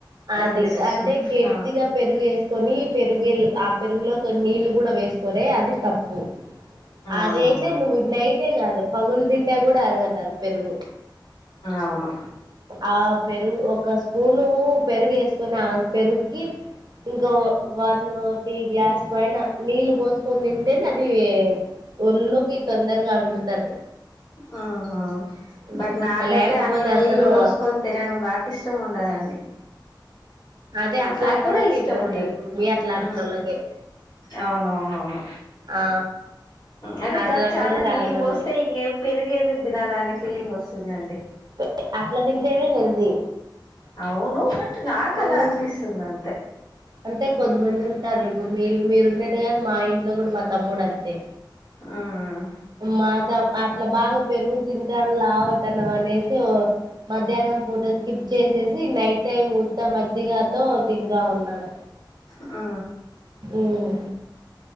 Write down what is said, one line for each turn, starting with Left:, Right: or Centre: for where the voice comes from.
Left: లెక్కలేకి
Right: అది
Left: వస్తుంది
Right: అంటే గెట్టిగా
Left: ఆ
Right: పెరుగు ఎసుకొని పెరుగెల్ ఆ పెరుగులో కొన్ని నీళ్ళు కూడ వేసు కొరే అది తప్పు అది
Left: అవునవును
Right: అయితే నువ్వు నైటే గాదు పగులు తిన్నా గూడ అరగదు అది పెరుగు
Left: అవును
Right: ఆ పెరుగు ఒక స్పూనూ పెరుగు ఎసుకొని ఆ పెరుగుకి ఇంకా వన్ను టీ గ్లాస్ పైన నీళ్ళు పోసుకొని తింటేనే అదీ ఒళ్ళులోకి తొందరగా అరుగుతది
Left: ఆహ ఆ
Right: ఉమ్,
Left: బట్ నాకైతే
Right: లేకపోతే
Left: అన్ని నీళ్లు
Right: అసలు
Left: పోసుకొన్ తినడం నాకు ఇష్టం ఉండదండి
Right: అదే అట్లాంటి
Left: నాకూడ
Right: వాళ్ళకే
Left: ఇష్టం
Right: ఇబ్బంది
Left: ఉండదు
Right: ఇప్పుడు
Left: ఉ
Right: మీ అట్లాంటి
Left: ఊ
Right: వాళ్ళకే
Left: అవునవునవును
Right: ఆ
Left: అంటే
Right: అట్లాంటోళ్ళు
Left: చక్ చాలా నీళ్ళు
Right: మంది
Left: పోస్తే ఇంగే పెరుగేందుకు దినాలి అనే ఫీలింగ్ ఒస్తుందండి
Right: గఎ అట్ల తింటేనే హెల్దీ
Left: అవును బట్ నాకు
Right: ఉమ్,
Left: అలా అనిపిస్తుంది అంతే
Right: అంటే కొద్దిమంది ఉంటారు ఇప్పుడు మీలు మీరున్నట్టుగానె మా ఇంట్లో గూడ మా తమ్ముడు అంతే
Left: ఆ ఆ
Right: మాత అట్లా బాగా పెరుగు తింటాండు లావాయ్ తనం అనేసి ఓ మధ్యాహ్నం పూటస్కి చేసేసి నైట్ టైమ్ ఊత మజ్జిగతో తింట ఉన్నాడు
Left: ఆ
Right: ఊమ్